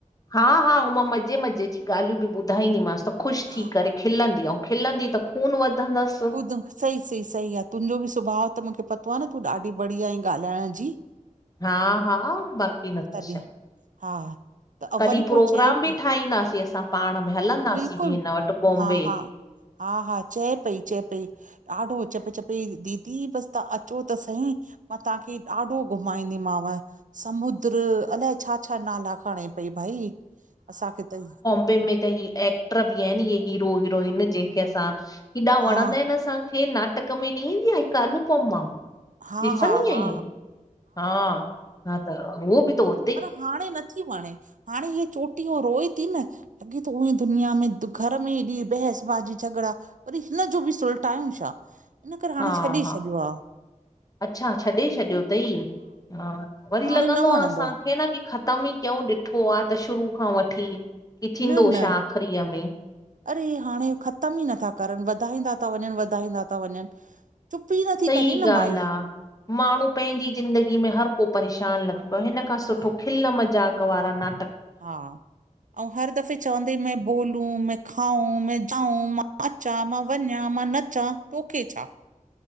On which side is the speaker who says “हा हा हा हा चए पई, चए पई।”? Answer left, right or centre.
Right